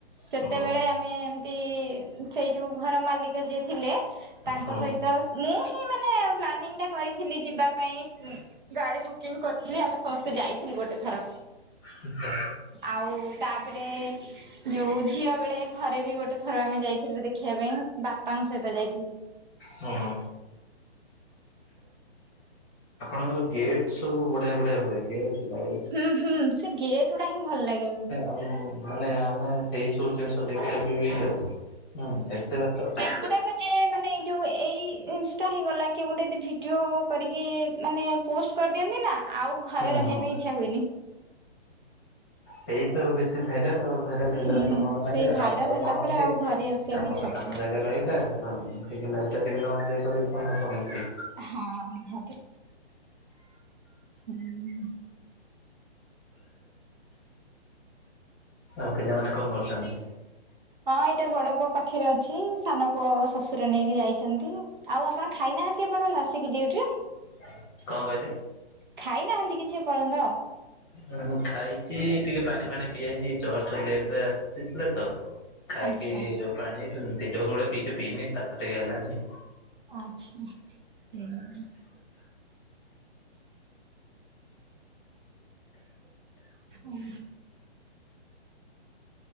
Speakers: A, on the right; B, on the left.
A: ସେତେବେଳେ
B: ହୁଁ
A: ଆମେ ତି ସେଇ ଯୋଉ ଘର ମାଲିକ ଯିଏ ଥିଲେ ତାଙ୍କ
B: ହୁଁ।
A: ସହିତ ମୁଁ ହିଁ ମାନେ ପ୍ଲାନିଂ ଟା କରିଥିଲି ଯିବା ପାଇଁ ଗାଡି ବୁକ୍ କିଂ କରିଥିଲି ଆମେ ସମସ୍ତେ ଯାଇଥିଲୁ ଗୋଟେ ଥର।
B: ଆଛା
A: ଆଉ ତାପରେ। ଯୋଉ ଝିଅ ବେଳେ ଘରେ ବି ଗୋଟେ ଥର ଆମେ ଯାଇଥିଲୁ ଦେଖିବା ପାଇଁ ବାପାଙ୍କ ସହିତ ଯାଇଥିନି।
B: ହଁ ତାଙ୍କର ଗେଟ୍ ସବୁ ବଢିଆ ବଢିଆ ହୁଏ ଗେଟ୍ ଲାଇଟ୍।
A: ହୁଁ ହୁଁ, ସେ ଗେଟ୍ ଗୁଡା ହିଁ ଭଲ ଲାଗେ।
B: ଆମ୍ ମାନେ ଆମେ ସେଇ ସବୁ ଜିନିଷ ଦେଖିବାକୁ ବି ଯାଉ, ହୁଁ ଏତେ ବାଟ।
A: ସେଗୁଡାକ ଯେ ମାନେ ଏଇ ଯୋଉ ଏଇ ଇନ୍ସଟା ହେଇଗଲା କି ଗୋଟେ ଯଦି ଭିଡିଓ କରିକି ମାନେ ପୋଷ୍ଟ୍। କରିଦିଅନ୍ତି ନା, ଆଉ ଘରେ
B: ହୁଁ
A: ରହିବା
B: ହୁଁ।
A: ପାଇଁ ଇଚ୍ଛା ହୁଏନି।
B: ସେଇ ତ ବେଶୀ ଭାଇରାଲ ଆଉ ଭା <unintelligible> ହେଲେ
A: ହୁଁ
B: ତ ମନ ନାହିଁ
A: ସେଇ
B: ଯେ,
A: ଭାଇରାଲ
B: ଆମର
A: ହେଲା
B: କଣ
A: ପରେ
B: ଅଛି,
A: ଆଉ ଘରେ ଆସିବାକୁ
B: କାମ
A: ଇଚ୍ଛା
B: ତ କାମ
A: ହୁଏନି।
B: ଜାଗାରେ। ଏଇଟା ଟିକେ ଲାଇଟଟା ଟିକେ ନହେଲେ ଏ କରିବୁ <unintelligible> କେମିତି।
A: ହଁ, ନିହାତି। ହୁଁ-ଉଁ-ଉଁ।
B: ଆଉ ପିଲାମାନେ କଣ କରୁଛନ୍ତି?
A: ହଁ ଏଇଟା ବଡ ପୁଅ ପାଖରେ ଅଛି ସାନ ପୁଅ ଶଶୁର ନେଇକି ଯାଇଛନ୍ତି। ଆଉ ଆପଣ ଖାଇନାହାନ୍ତି ଏପର୍ଯ୍ୟନ୍ତ ଆସିକି ଡ୍ୟୁଟି?
B: କଣ କହିଲେ?
A: ଖାଇନାହାନ୍ତି କିଛି ଏପର୍ଯ୍ୟନ୍ତ?
B: ହଁ ଖାଇଛି ଟିକେ ପାଣିଫାଣି ପିଆ ହେଇନି ଏଇ ଜଷ୍ଟ ଲେଟରେ ଆସିଥିଲେ ତ। ଖାଇକି
A: ଆଚ୍ଛା।
B: ପାଣି ଦି ଢୋକ ଭଳିଆ ପିଇଛି, ପିଇନି କାଶ ଟିକେ ହେଲାନି ଆଉ।
A: ଆଚ୍ଛା ହୁଁ। ଉଁ।